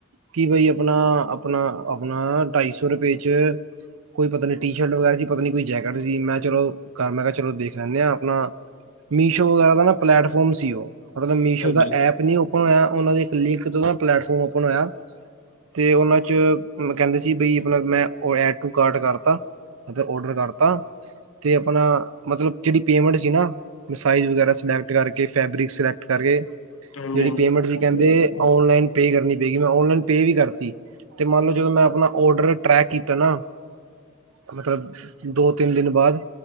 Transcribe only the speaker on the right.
ਕਿ ਬਈ ਅਪਣਾ ਅਪਣਾ ਅਪਣਾ ਨਾ ਢਾਈ ਸੌ ਰੁਪੇ ਚ ਕੋਈ ਪਤਾ ਨੀ ਟੀ ਸ਼ਰਟ ਵਗੈਰਾ ਸੀ ਪਤਾ ਨੀ ਕੋਈ ਜੈਕਟ ਸੀ, ਮੈਂ ਚਲੋ ਕਰ ਮੈਂ ਕਿਆ ਚਲੋ ਦੇਖ ਲੈਂਣੇ ਆਂ ਅਪਣਾ ਮੀਸ਼ੋ ਵਗੈਰਾ ਦਾ ਨਾ ਪਲੈਟਫੋਮ ਸੀ ਓਹ, ਮਤਲਬ ਮੀਸ਼ੋ
ਦਾ ਐਪ ਨੀ ਔ ਪਣ ਔਨਾਂ ਦੇ ਇੱਕ ਲਿੰਕ ਤੋਂ ਪਲੈਟਫਾਰਮ ਔਪਨ ਹੋਯਾ, ਤੇ ਔਨਾਂ ਚ ਉਨ ਬ ਕੈੰਦੇ ਸੀ ਬਈ ਪਲਗ ਮੈਂ ਐਡ ਟੂ ਕਾਟ ਕਰਤਾ, ਮਤਲਬ ਔਡਰ ਕਰਤਾ ਤੇ ਅਪਣਾ ਮਤਲਬ ਜੇੜੀ ਪੇਮੈਂਟ ਸੀ ਨਾ ਮਿਸਾਈਜ਼ ਵਗੈਰਾ ਸਿਲੈਕਟ ਕਰਕੇ ਫੈਬਰਿਕ ਸਲੈਕ ਕਰਕੇ
ਜੇੜੀ ਪੇਮੈਂਟ ਸੀ ਕੈੰਦੇ
ਔਨਲਾਈਨ ਪੇ ਕਰਨੀ ਪਏਗੀ, ਮੈਂ ਔਨਲਾਈਨ ਪੇਅ ਵੀ ਕਰਤੀ। ਤੇ ਮੰਨ ਲੋ ਜਦੋਂ ਮੈਂ ਅਪਣਾ ਓਡਰ ਟ੍ਰੈਕ ਕੀਤਾ ਨਾ ਮਤਲਬ ਦੋ ਤਿੰਨ ਦਿਨ ਬਾਅਦ।